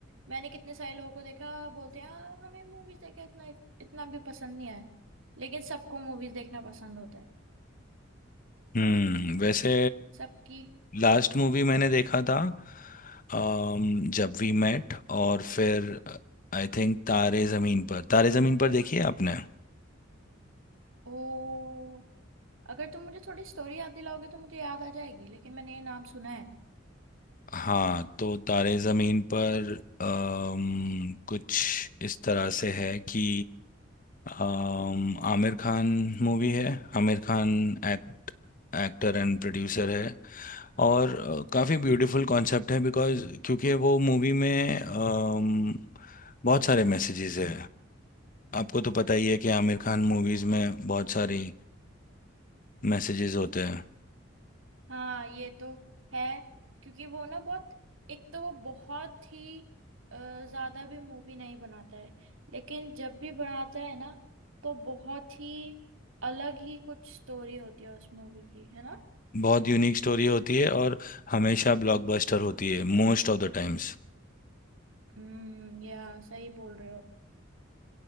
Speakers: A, on the right; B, on the left.
A: मैंने कितने सारे लोगों को देखा बोलते हैं "आ, हमें मूवीज देखना इतना इतना भी पसंद नहीं है लेकिन सबको मूवीज देखना पसंद होता है
B: हम्म वैसे
A: सबकी
B: लास्ट मूवी मैंने देखा था अम, जब वी मेट और फिर आई थिंक तारे ज़मीन पर तारे ज़मीन पर देखी है आपने
A: ओ अगर तुम मुझे थोड़ी स्टोरी याद दिलाओगे तो मुझे याद आ जाएगी लेकिन मैंने ये नाम सुना है
B: हाँ तो तारे ज़मीन पर अम, कुछ इस तरह से है कि अम, आमिर खान मूवी है Aamir Khan act actor and producer है और अ, काफ़ी ब्यूटीफुल कॉन्सेप्ट है बिकॉज क्योंकि वो मूवी में अम, बहुत सारे मैसेजेस है आपको तो पता ही है कि आमिर खान मूवीज़ में बहुत सारी मैसेजेस होते हैं
A: हाँ ये तो है क्योंकि वो ना बहुत एक तो वो बहुत ही अ, ज्यादा भी मूवी नहीं बनाता है लेकिन जब भी बनाता है ना तो बहुत ही अलग ही कुछ स्टोरी होती है उस मूवी की है ना
B: बहुत यूनिक स्टोरी होती है और हमेशा ब्लॉकबस्टर होती है मोस्ट ऑफ द टाइम्स
A: हम्म या सही बोल रहे हो